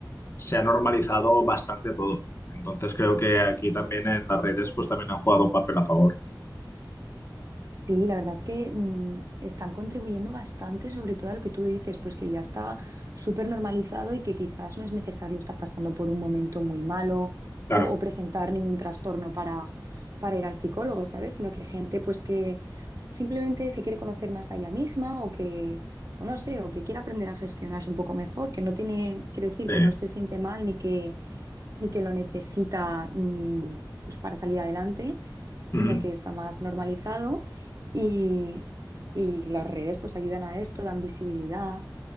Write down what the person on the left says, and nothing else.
se ha normalizado bastante todo. Entonces creo que aquí también en las redes pues también han jugado un papel a favor.
Claro,
sí.
Ujú,